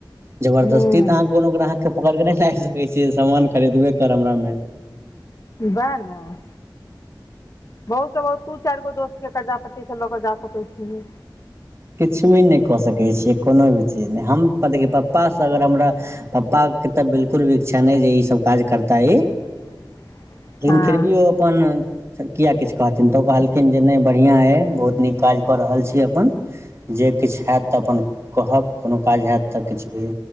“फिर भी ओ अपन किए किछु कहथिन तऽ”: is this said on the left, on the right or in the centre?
Right